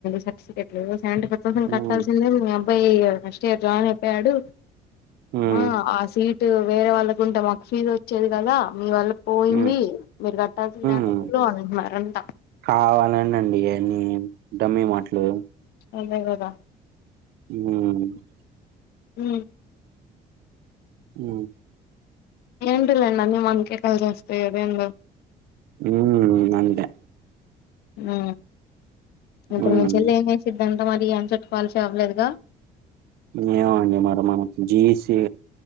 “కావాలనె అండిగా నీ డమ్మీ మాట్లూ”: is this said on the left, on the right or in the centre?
Right